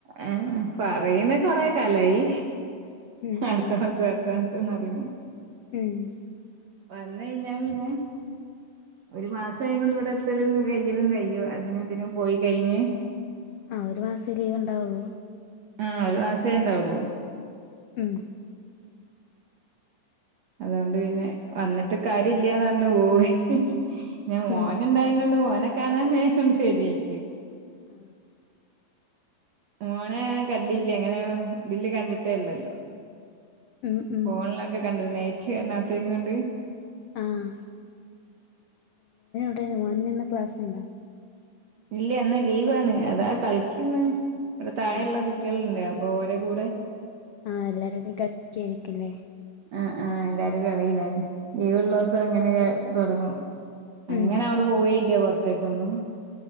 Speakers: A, on the right (about 55°); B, on the left (about 75°).
A: ആ പറയ്ണ് കൊറേ കാലായി
B: ഉം
A: അടുത്താസം
B: ആഹ്
A: അടുത്താസ എന്നറീണ്
B: ഉം
A: വന്നൈഞാ പിന്നെ ഒരുമാസ <unintelligible> ഇവിടെത്തലും കയ്യലും കയ്യും അതിനും ഇതിനും പോയികയിഞ്ഞ്
B: ആ ഒരുമാസേ ലീവ്ണ്ടാവൊള്ളൂ
A: ആ ഒരു മാസേണ്ടാവൊള്ളു
B: ഉം
A: അതുകൊണ്ട് പിന്നെ വന്നിട്ട് കാര്യല്ലൃന്നറ്ഞ്ഞ്പോയി ഹാ
B: ഉം
A: അവനുണ്ടായിങ്ങൊണ്ട് മോനെ കാണാനേ കൊണ്ട് വരൈകും
B: ആ
A: മോനെ കണ്ടില്ലങ്ങനെ ഇതില് കണ്ടിട്ടേള്ളല്ലോ
B: ഉം ഉം
A: ഫോണിലൊക്കെ കണ്ടിക്ണ് നേച്ച്ണാത്തേൻകൊണ്ട്
B: ആഹ് <unintelligible> ന്ന്ന്ന് ക്ലാസ്ണ്ടോ
A: ഇല്ലേ ഇന്ന് ലീവാണ് അതാ കളിക്ക്ന്ന് വിടെ താഴെള്ള
B: ആഹ്
A: കുട്ടികളുണ്ട് അപ് പ്പോരെകൂടെ
B: ആ എല്ലാരുടെ കളിക്കായിരിക്ക്ല്ലേ
A: ആ ആ ല്ലാരുംകളീലാണ് ലീവള്ളസം ങ്ങനെ തൊ തൊടങ്ങും അങ്ങനവിടെ
B: ഉം
A: പോവേയില്ല പൊറത്തേക്കൊന്നും